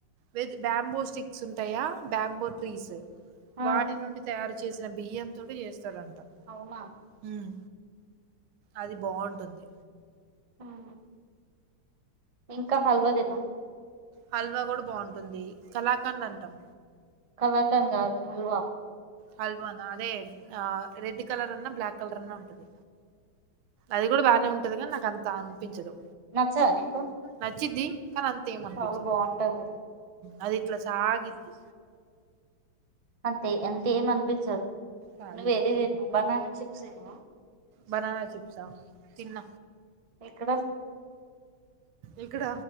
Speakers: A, on the right; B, on the right.
A: వెద్ బ్యాంబో స్టిక్స్ ఉంటయా బ్యాంబో ట్రీస్.
B: ఆ
A: వాటి నుండి తయారు చేసిన బియ్యం తోటి చేస్తారంట
B: అవునా
A: హ్మ్ అది బాగుంటుంది
B: హ్మ్ ఇంకా హల్వా దిన్న
A: హల్వా గూడా బాగుంటుంది కళాకండ్ అంటాం
B: కళాకన్ గాదు హల్వా
A: హల్వా నా అదే ఆ రెడ్ కలర్ అన్న, బ్లాక్ కలర్ అన్న ఉంటది. అది గూడా బానే ఉంటది, గాని నాకు అంతా అనిపించదు,
B: నచ్చదా నీకు
A: నచ్చిద్ది. కానీ అంత ఏం అనిపిచదు
B: చాలా బాగుంటది అది
A: అది ఇట్లా సాగిద్ది
B: అంతే అంతే ఏమ అనిపిచదు
A: సాగిద్ది.
B: నువ్వు ఏదో బనానా చిప్స్ తిన్నావా
A: బనానా చిప్సా తిన్న
B: ఎక్కడ
A: ఇకడ